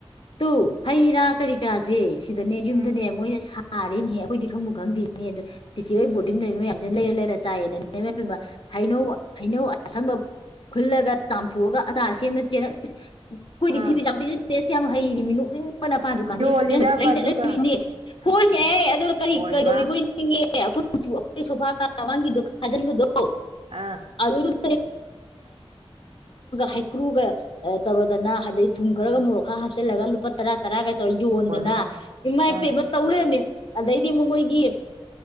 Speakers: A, on the left (about 60°); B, on the right (about 70°).
A: ꯇꯨ ꯍꯩ ꯔꯥ ꯀꯔꯤ ꯀꯔꯥꯁꯦ ꯁꯤꯗꯅꯦ ꯌꯨꯝꯗꯅꯦ
B: ꯎꯝ
A: ꯃꯣꯏꯅ ꯁꯥ <unintelligible> ꯔꯦꯅꯤꯍꯦ ꯑꯩꯈꯣꯏꯗꯤ ꯈꯪꯕꯨ ꯈꯪꯗꯦꯅꯦ ꯗꯣ ꯆꯦꯆꯦ ꯍꯣꯏ ꯕꯣꯔꯗꯤꯡ ꯂꯩꯕ ꯃꯌꯥꯝꯅ ꯂꯩꯔ ꯂꯩꯔ ꯆꯥꯏꯌꯦꯅꯦ ꯍꯩꯅꯧ ꯍꯩꯅꯧ ꯑꯁꯪꯕ ꯈꯨꯜꯂꯒ ꯆꯥꯝꯊꯣ ꯑꯒ ꯑꯆꯥꯔ ꯁꯦꯝꯅ ꯆꯦꯔꯡ <unintelligible> ꯅꯤꯡꯊꯤꯕꯤꯁꯦ
B: ꯑꯥ
A: ꯌꯥꯝ ꯕꯤꯖꯤ ꯅꯦꯁ ꯌꯥꯝ ꯍꯩꯔꯤ <unintelligible> ꯅꯣꯛꯅꯤꯡ <unintelligible> ꯄꯥꯟ ꯗꯨꯀꯥꯟꯗꯒꯤ
B: ꯌꯣꯜꯂꯤꯔꯕ
A: ꯆꯦꯔꯡꯒ ꯂꯩ ꯆꯠꯍꯜꯂꯤꯅꯦ
B: ꯑꯗꯨꯒ
A: ꯍꯣꯜꯅꯦ
B: ꯑꯥ
A: ꯑꯗꯨꯒ ꯀꯔꯤ
B: ꯍꯣꯏ
A: ꯀꯩꯗꯧꯔꯤ
B: ꯃꯥ
A: <unintelligible> ꯏꯪꯉꯦ ꯑꯈꯣꯏ <unintelligible> ꯑꯈꯣꯏ ꯁꯣꯐꯥ <unintelligible> ꯖꯤꯟꯕꯗꯣ
B: ꯑ
A: <unintelligible> ꯍꯩꯀꯔꯨꯒꯥ ꯇꯧꯔꯗꯅ <unintelligible> ꯊꯨꯝ ꯈꯔꯒ
B: ꯎꯝ
A: ꯃꯣꯔꯣꯛ ꯈ꯭ꯔ ꯍꯥꯞꯆꯤꯜꯂꯒ ꯂꯨꯄꯥ ꯇꯔꯥ ꯇꯔꯥꯒ ꯇꯧꯔ ꯌꯣꯟꯗꯅ
B: ꯍꯣꯏ ꯃꯥ
A: ꯏꯃꯥꯏ
B: ꯑꯥ
A: ꯄꯦꯝꯃ ꯇꯧ ꯂꯩꯔꯝꯃꯦ ꯑꯗꯩꯗꯤ ꯃ ꯨꯃꯣꯏꯒꯤ꯫